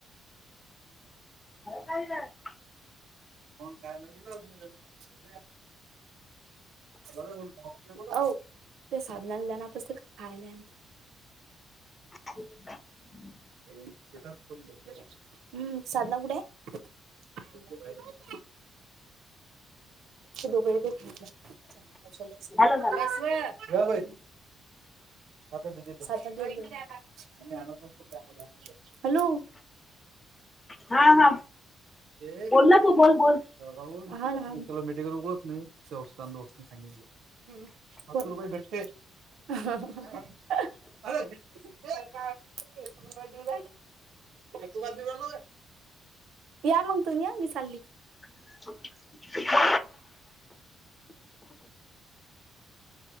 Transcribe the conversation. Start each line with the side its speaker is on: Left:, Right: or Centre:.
Left: अरे कायंले जातं
Right: मंग कायं म्हणे तो बरं जमते बरं ओ ते साधनांला लनांप असते कां खांयला
Left: <unintelligible>
Right: हम्मं साधनां कुठे आहे ये बां दुपरं कायं कशालेचं
Left: झालं
Right: बसं
Left: झालं
Right: वं हे गं बाई आंता ते देते मी आनतंच नाहीं हॅलो
Left: हा हा
Right: ते
Left: बोल ना तू बोल बोल
Right: जळगांव हूंन मेडिकल उघडं हवं नं शेवचेस्थान दोसग सत्तर रुपये भेटते हं हां हां हं कायं कांचन तुहां यां मंग तुम्हीं मी चाल्ली
Left: <unintelligible>